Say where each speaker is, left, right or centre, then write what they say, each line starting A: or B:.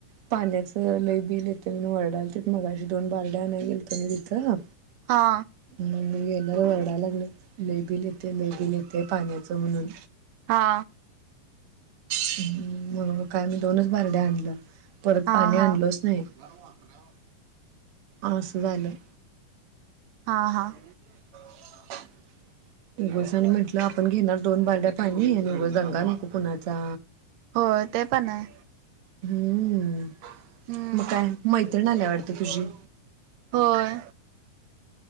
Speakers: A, on the right (about 55°); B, on the right (about 85°).
A: पाण्याचं लय बिल येतंय वरडाल तिथनं माझी दोन बारड्या आणायला गेलते ना तिथं.
B: हा.
A: मग मी गेल्यावर ओरडाय लागल. लयं बिल येतंय, लयं बिल येतंय पाण्याचं म्हणून.
B: हा.
A: हम्म, म्हणुन काय मी दोनच भांडे आणलं परत
B: हा
A: पाणी
B: हा
A: आणलोच नाही. दहवा, अकरावा अस झाले.
B: आ हां.
A: <inaudible> उगसनी म्हटलं आपण घेणार दोन बारड्या पाणी आणि उगच दंगा नको कुणाचा.
B: होय ते पण आहे
A: हम्म,
B: हम्म
A: मग काय मैत्रीण आलिय वाटत तुझी?
B: होय.